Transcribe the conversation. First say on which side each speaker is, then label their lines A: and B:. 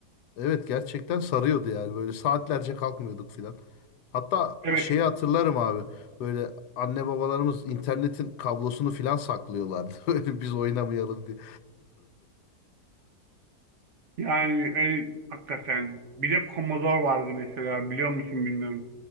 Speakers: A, on the left; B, on the right.
A: Evet gerçekten sarıyordu yani böyle saatlerce kalkmıyorduk filan. Hatta
B: Evet
A: şeyi hatırlarım abi. Böyle anne babalarımız internetin kablosunu filan saklıyorlardı. <laughs> böyle biz oynamayalım diye.
B: yani öyle, hakikaten. Bir de Commodore vardı mesela biliyor musun bilmiyorum.